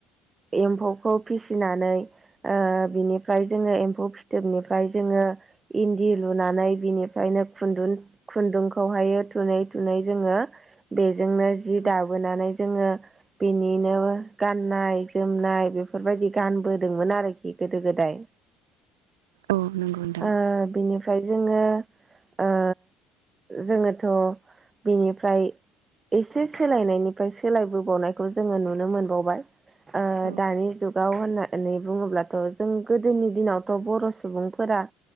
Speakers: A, on the right; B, on the right.
A: एम्फौखौ फिसिनानै ओ बिनिफ्राय जोङो एम्फौ फिथोबनिफ्राय जोङो इन्दि लुनानै बिनिफ्रायनो खुन्दुन खुन्दुंखौहायो थुुनै थुनै जोङो बेजोंनो जि
B: औ
A: दाबोनानै जोङो बिनिनो गाननाय जोमनाय बेफोरबायदि गानबोदोंमोन आरोखि गोदो गोदाय।
B: औ नंगौ नोंथां।
A: ओ बिनिफ्राय जोङो ओ जोङोथ' बिनिफ्राय एसे सोलायनायनिफ्राय सोलायबोबावनायखौ जोङो नुनो मोनबावबाय। ओ
B: औ
A: दानि जुगाव होनना नै बुङोब्लाथ' जों गोदोनि दिनावथ' बर' सुबुंफोरा